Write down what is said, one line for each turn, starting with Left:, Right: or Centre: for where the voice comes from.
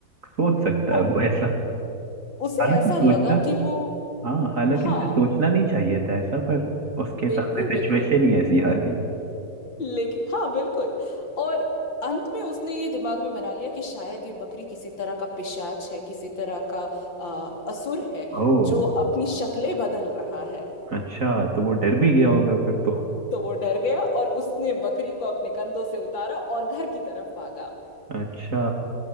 Right: सोच सकता
Left: हाँ
Right: है वो ऐसा
Left: उसे
Right: हालांकि
Left: ऐसा
Right: सोचना
Left: लगा कि वो
Right: हाँ हालांकि
Left: हाँ
Right: उसे सोचना नहीं चाहिए था ऐसा पर उसके सामने
Left: बिल्कुल
Right: सिचुएशन
Left: बिल्कुल
Right: ही ऐसी आ गई
Left: लेकिन हाँ बिल्कुल और अंत में उसने ये दिमाग में बना लिया कि शायद ये बकरी किसी तरह का पिशाच है किसी तरह का आ, असुर है
Right: ओह
Left: जो अपनी शक्लें बदल रहा है
Right: अच्छा तो वो डर भी गया होगा फिर तो
Left: तो वो डर गया और उसने बकरी को अपने कंधों से उतारा और घर की तरफ भागा
Right: अच्छा